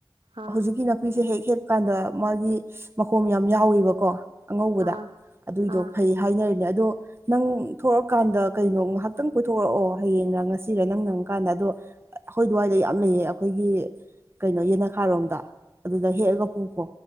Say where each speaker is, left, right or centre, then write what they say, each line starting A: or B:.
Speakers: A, on the right (about 80°); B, on the right (about 30°).
A: ꯑꯥ
B: ꯍꯧꯖꯤꯛꯀꯤꯅ ꯅꯨꯄꯤꯁꯦ ꯍꯦꯛ ꯍꯦꯛꯄ ꯀꯥꯟꯗ ꯃꯥꯒꯤ ꯃꯈꯣꯝ ꯌꯥꯝ ꯌꯥꯎꯋꯦꯕꯀꯣ ꯑꯉꯧꯕꯗ
A: ꯑꯥ
B: ꯑꯗꯨꯏꯗꯣ
A: ꯑꯥ
B: ꯐꯩ ꯍꯥꯏꯅꯩꯅꯦ ꯑꯗꯣ ꯅꯪ ꯊꯣꯛꯑꯀꯥꯟꯗ ꯀꯩꯅꯣ ꯉꯍꯥꯛꯇꯪ ꯀꯣꯏꯊꯣꯔꯛꯑꯣ ꯍꯌꯦꯡꯔ ꯉꯁꯤꯔꯦ ꯅꯪ ꯅꯪꯀꯥꯟꯗ ꯑꯗꯣ ꯑꯩꯈꯣꯏ ꯑꯗꯨꯋꯥꯏꯗ ꯌꯥꯝ ꯂꯩꯌꯦ ꯑꯩꯈꯣꯏꯒꯤ ꯀꯩꯅꯣ ꯌꯦꯅꯈꯥꯔꯣꯝꯗ ꯑꯗꯨꯗ ꯍꯦꯛꯑꯒ ꯄꯨꯈꯣ